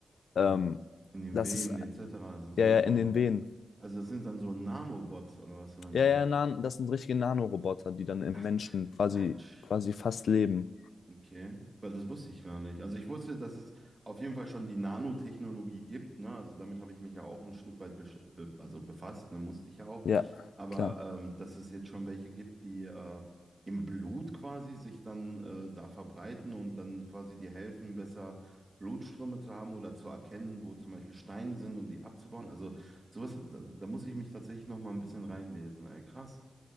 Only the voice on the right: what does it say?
Ja. In den
Venen
etc. Also so,
so,
also das sind dann so Nanobots oder was meinst
du?
Ach,
Quatsch.
Okay, weil das wusste ich gar nicht. Also ich wusste, dass es auf jeden Fall schon die Nanotechnologie gibt, ne? Also damit habe ich mich ja auch ein Stück weit besch be also befasst, ne? Musste ich ja auch.
Aber
ähm, dass es jetzt schon welche gibt, die äh, im Blut quasi sich dann äh, da verbreiten und dann quasi dir helfen, besser Blutströme zu haben oder zu erkennen, wo zum Beispiel Steine sind und die abzubauen. Also sowas, da, da muss ich mich tatsächlich noch mal ein bisschen reinlesen. Ey, krass,